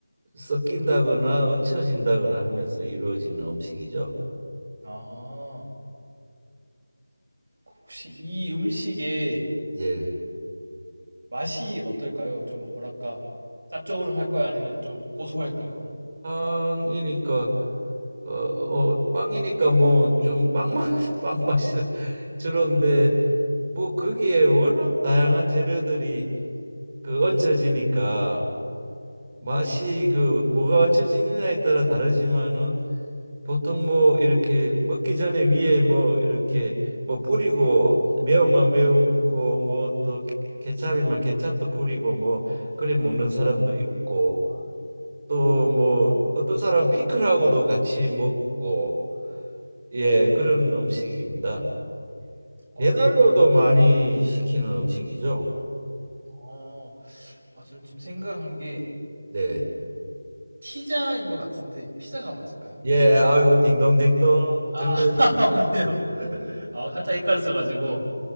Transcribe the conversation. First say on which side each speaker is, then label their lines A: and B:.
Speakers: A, on the right; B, on the right.
A: 섞인다거나 얹혀진다거나 하면서 이루어지는 음식이죠.
B: 아 혹시 이 음식의
A: 예.
B: 맛이 어떨까요? 좀 뭐랄까 짭조름할까요? 아니면 좀 고소할까요?
A: 빵이니까, 어, 어, 빵이니까 뭐 좀 빵맛, <laughs> 빵맛이 저런데, 뭐 거기에 워낙 다양한 재료들이 그 얹혀지니까 맛이 그 뭐가 얹혀지느냐에 따라 다르지만은 보통 뭐 이렇게 먹기 전에 위에 뭐 이렇게 뭐 뿌리고 매운맛 매운 거뭐 또 케찹이면 케찹도 뿌리고 뭐 그래 먹는 사람도 있고 또 뭐 어떤 사람 피클하고도 같이 먹고 예 그런 음식입니다.
B: 아
A: 배달로도
B: 그런가요?
A: 많이 시키는 음식이죠.
B: 아. 아 저는 지금 생각한 게
A: 네.
B: 피자인 것 같은데 피자가 맞을까요?
A: 예, 아이고 딩동댕동
B: 아
A: 정답입니다.
B: <laughs> 맞네요.
A: 예.
B: 아 살짝 헷갈렸어 가지고.